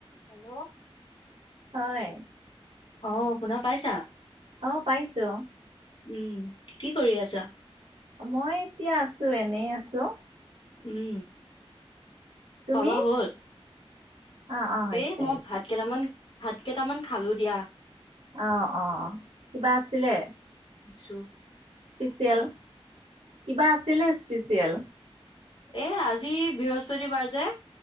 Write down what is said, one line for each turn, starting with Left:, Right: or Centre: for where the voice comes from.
Left: Hello?
Right: হয়।
Left: অ', শুনা পাইছা?
Right: অ', পাইছো।
Left: উম, কি কৰি আছা?
Right: মই এতিয়া আছো এনেই আছো।
Left: উম,
Right: তুমি
Left: খোৱা-বোৱা হ'ল?
Right: অ অ হৈছে
Left: এ মই
Right: হৈছে
Left: ভাত কেইটামান ভাত কেইটামান খালো দিয়া।
Right: অ', অ', কিবা আছিলে?
Left: ছো
Right: স্পেচিয়েল, কিবা আছিলে স্পেচিয়েল?
Left: এ আজি বৃহস্পতিবাৰ যে,